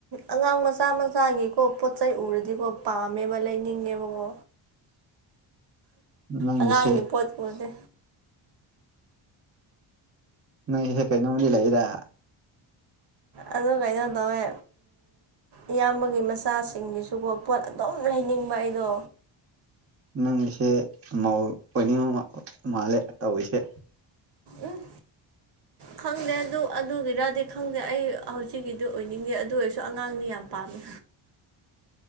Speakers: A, on the right; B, on the right.
A: ꯑꯉꯥꯡ ꯃꯆꯥ ꯃꯆꯥꯒꯤꯀꯣ ꯄꯣꯠ ꯆꯩꯩ ꯎꯔꯗꯤꯀꯣ ꯄꯥꯝꯃꯦꯕ ꯂꯩꯅꯤꯡꯉꯦꯕꯀꯣ
B: ꯅꯪꯒꯤꯁꯦ
A: ꯑꯉꯥꯡꯒꯤ ꯄꯣꯠꯄꯗꯤꯦ
B: ꯅꯪꯒꯤꯁꯦ ꯀꯩꯅꯣꯝꯗꯤ ꯂꯩꯗ
A: ꯑꯗꯨ ꯀꯩꯅꯣ ꯇꯧꯋꯦ ꯏꯌꯥꯝꯕꯒꯤ ꯃꯆꯥꯁꯤꯡꯁꯤꯁꯨꯀꯣ ꯄꯣꯠ ꯑꯗꯨꯝ ꯂꯩꯅꯤꯡꯕ ꯑꯩꯗꯣ
B: ꯅꯪꯒꯤꯁꯦꯧ ꯑꯣꯏꯅꯤꯡꯕ ꯃꯥꯜꯂꯦ ꯇꯧꯔꯤꯁꯦ
A: ꯎꯝ ꯈꯪꯗꯦ ꯑꯗꯨ ꯑꯗꯨꯒꯤꯔꯗꯤ ꯈꯪꯗꯦ ꯑꯩ ꯍꯧꯖꯤꯛꯀꯤꯗꯤ ꯑꯣꯏꯅꯤꯡꯗꯦ ꯑꯗꯨ ꯑꯣꯏꯔꯁꯨ ꯑꯉꯥꯡꯗꯤ ꯌꯥꯝ ꯄꯥꯝꯃꯤ